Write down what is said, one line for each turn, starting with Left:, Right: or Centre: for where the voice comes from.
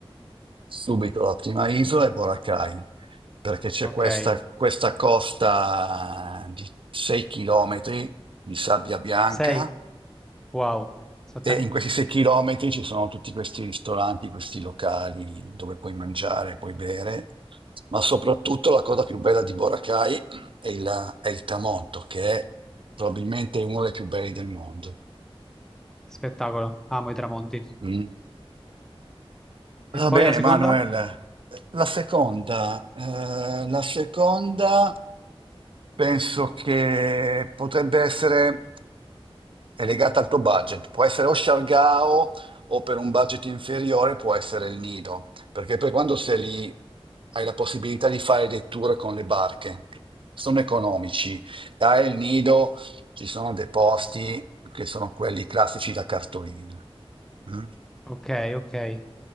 Right: Subito la prima isola è Boracay, perché c'è
Centre: Ok,
Right: questa, questa costa di 6 chilometri di sabbia bianca
Centre: sei? Wow, Sono
Right: e
Centre: tan-
Right: in questi 6 chilometri ci sono tutti questi ristoranti, questi locali dove puoi mangiare, puoi bere, ma soprattutto la cosa più bella di Boracay è il, è il tramonto, che è probabilmente uno dei più belli del mondo.
Centre: spettacolo, amo i tramonti.
Right: Mm.
Centre: E
Right: Va
Centre: poi
Right: bene,
Centre: la seconda?
Right: Manuel. La seconda, eh, la seconda penso che potrebbe essere è legata al tuo budget. Può essere o Shargao o per un budget inferiore può essere il Nido, perché poi quando sei lì hai la possibilità di fare dei tour con le barche. Sono economici. Dai, il Nido ci sono dei posti che sono quelli classici da cartolina. Mm?
Centre: Ok, ok.